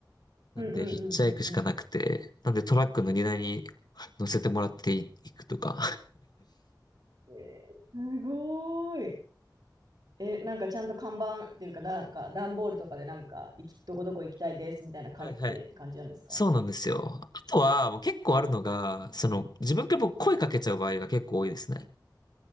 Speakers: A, on the left; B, on the right.
A: なんで、
B: うんうんうんうんう
A: ヒッチハイクしかなくて、なんでトラックの荷台に乗せてもらっていいくとか。
B: ん。えー、すごーい。え、なんかちゃんと看板っていうか、なんか段ボールとかでなんか、行き、どこどこ行きたいですみたいな書いてって感じなんですか
A: <laughs> はいはい。そうなんですよ。あとは、もう結構あるのが、その、自分から僕声かけちゃう場合が結構多いですね。